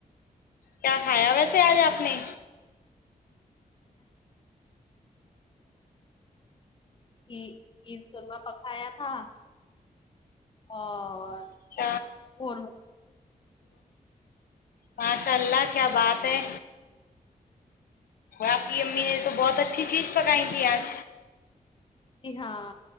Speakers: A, on the left; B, on the left.
A: کیا کھایا ویسے آج آپ نے
B: ع عید سرمہ پکایا تھا اور
A: <inaudible>
B: قورمہ
A: ماشاء اللہ کیا بات ہے آپ کی امی نے تو بہت اچھی چیز پکائی تھی آج
B: جی ہاں